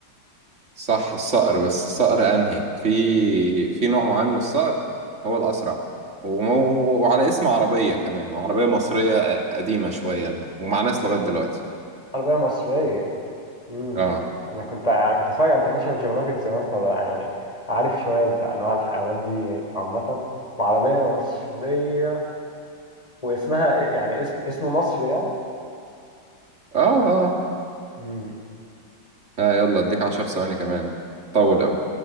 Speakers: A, on the right (about 40°); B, on the left (about 20°).
A: صح الصقر بس الصقر أنهي في في نوع معين من الصقر هو الأسرع ومو... وعلى اسم عربية كمان وعربية مصرية قديمة شوية ومع ناس لغاية دلوقتي
B: عربيه مصريه امم
A: اه
B: انا كنت ع- كنت اتفرج على انترناشونال جيوغرافيك زمان فبقى يعني عارف شويه في انواع الحيوانات دي عامه وعربيه ومصريه واسمها ايه يعني اسم اسم مصر يعني
A: اه اه
B: امم
A: آه، يلا اديك عشر ثواني كمان طول أوي